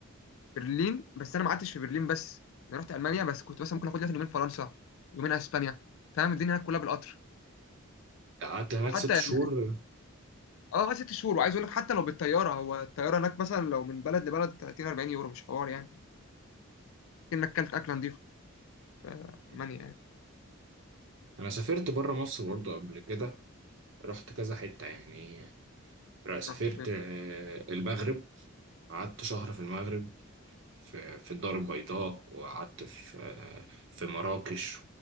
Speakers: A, on the left (about 70°); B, on the right (about 60°).
A: برلين بس انا ما قعدتش في برلين بس انا رحت المانيا بس كنت مثلا ممكن اخد لي مثلاً يومين فرنسا يومين اسبانيا فاهم الدنيا هناك كلها بالقطر
B: قعدت هناك
A: وحتى
B: ست
A: يعني
B: شهور م-
A: اه قعدت ست شهور وعايز اقول لك حتى لو بالطياره هو الطياره هناك مثلا لو من بلد لبلد 30 40 يورو مش حوار يعني انك كلت اكله نظيفه في
B: م.
A: المانيا يعني
B: أنا سافرت بره مصر برضه قبل كده رحت كذا حتة يعني رحت- سافرت
A: رحت
B: آه، المغرب قعدت شهر في المغرب في في الدار البيضاء وقعدت في في مراكش